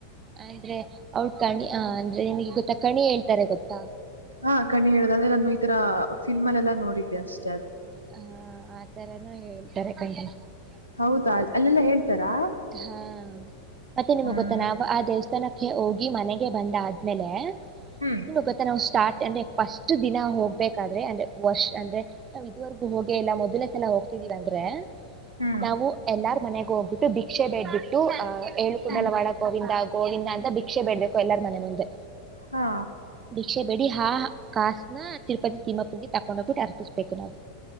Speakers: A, on the right (about 25°); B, on the right (about 80°).
A: ಆ ಅಂದ್ರೆ ಅವ ಕಣಿ ಆ ಅಂದ್ರೆ ಗೊತ್ತಾ ತಕಣಿ ಹೇಳ್ತಾರೆ ಗೊತ್ತಾ
B: ಹಾ ಕಣ್ಣಿ ಹೇಳುದು ಅಂದ್ರೆ ನಾನು ಈ ತರ ಫಿಲ್ ಎಲ್ಲಾ ನೋಡಿದ್ದೆ ಅಷ್ಟೆ
A: <inaudible>
B: ಹೌದಾ ಅಲ್ಲೆಲ್ಲಾ ಹೇಳ್ತಾರಾ
A: ಹಾ ಮತ್ತೆ ನಿಮ್ಗ್
B: ಹ್ಮ್
A: ಗೊತ್ತ ನಾ ಆ ದೇವಸ್ಥಾನಕ್ಕೆ ಹೋಗಿ ಮನೆಗೆ ಬಂದ ಆದ್ಮೇಲೆ
B: ಹ್ಮ್
A: ನಿಮಗೆ ಗೊತ್ತಾ ನಾವು ಸ್ಟಾಟ್ ಅಂದ್ರೆ ಫಸ್ಟ್ ದಿನ ಹೋಗ್ಬೇಕಾದ್ರೆ ಎಂಡ್ ಅಂದ್ರೆ ವರ್ಷ ಅಂದ್ರೆ ನಾ್ ಇದುವರೆಗೂ ಹೋಗೇ ಇಲ್ಲ ಮೊದಲೇ ಸಲ ಹೋಗ್ತದೇ ಬಂದರೆ
B: ಹ್ಮ್
A: ನಾವು ಎಲ್ಲಾರು ಮನೆಗ ಹೋಗ್ಬಿಟ್ಟು ಭಿಕ್ಷೆ ಬೇಡ್ಬಿಟ್ಟು ಅಹ ಏಳುಕುಂಡಲವಾಡಗೋವಿಂದ
B: ಹ್ಮ್
A: ಗೋವಿಂದ ಅಂತ ಭಿಕ್ಷೆ ಬಿಡ್ಬೇಕು ಎಲ್ಲಾರ ಮನೆ ಮುಂದೆ
B: ಹಾ
A: ಭಿಕ್ಷೆ ಬಿ ಬಿಕ್ಷೆ ಬೇಡಿ ಆಾ ಹಾ ಕಾಸನ ತಿರುಪತಿ ತಿಮಪ್ಪುಗೆ ತಕೊಂಡ ಹೋಗ್ಬಿಟ್ಟು ಅರ್ಪಿಸ್ಬೇಕು ನಾವು